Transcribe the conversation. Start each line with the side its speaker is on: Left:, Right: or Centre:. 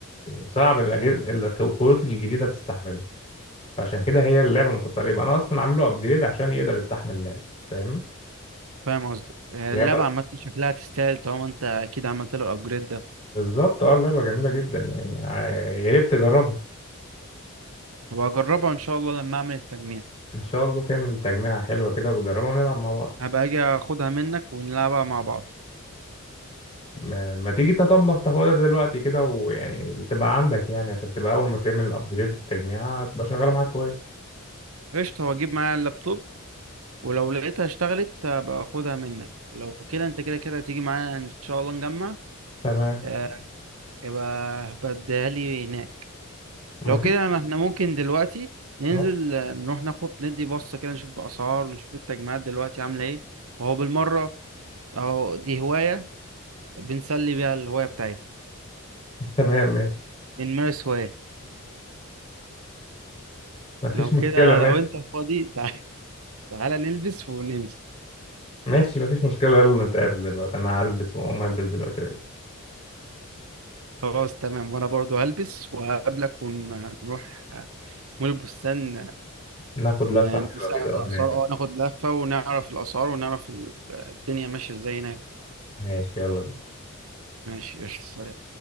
Left: صعب الأجهزة الكروت الجديدة تستحمله فعشان كده هي اللعبة متطلبة أنا أصلا عامله أبجريد عشان يقدر يستحمل اللعبة فاهم؟
Right: فاهم قصدك يعني
Left: لعبه
Right: اللعبة عامة شكلها تستاهل طالما انت اكيد عملت له الابجريد ده
Left: بالظبط اه اللعبة جميلة جدا يعني ع- يا ريت تجربها
Right: هبقى اجربها ان شاء الله لما اعمل التجميع
Left: ان شاء الله تعمل تجميعة حلوة كده وتجربها ونلعب مع بعض
Right: هبقى اجي اخدها منك ونلعبها مع بعض
Left: ما, ما تيجي تطبخ تاخدها دلوقتي كده ويعني تبقى عندك يعني عشان تبقى اول ما تعمل الابجريد التجميعة تبقى شغالة معاك كويس
Right: قشطة واجيب معايا اللابتوب ولو لقيتها اشتغلت هبقى اخدها منك لو كده انت كده كده هتيجي معايا ان شاء الله نجمع
Left: تمام
Right: اه، يبقى هبقى اديها لي هناك
Left: ما
Right: لو
Left: فيش
Right: كده أنا- احنا ممكن دلوقتي
Left: <laughs>
Right: ننزل
Left: اهو
Right: آه، نروح ناخد ندي بصة كده نشوف الأسعار ونشوف التجمعات دلوقتي عاملة ايه وهو بالمرة أهو دي هواية بنسلي بيها الهواية بتاعتنا
Left: تمام ماشي
Right: بنمارس هوايات
Left: ما فيش
Right: لو
Left: مشكلة
Right: كده
Left: ماشي
Right: لو انت فاضي <laughs> تعال تعالى نلبس وننزل
Left: ماشي ما فيش مشكلة يلا نتقابل دلوقتي انا هلبس واقوم البس دلوقتي
Right: خلاص تمام وانا برضو هلبس وهقابلك ونروح آه، مول البستان آه،
Left: ناخد لفة
Right: ن-
Left: حلوة
Right: نسأل
Left: كده
Right: على
Left: هناك
Right: الأسعار اه ناخد لفة ونعرف الأسعار ونعرف ال- الدنيا ماشية ازاي هناك
Left: ماشي يلا
Right: ماشي قشطة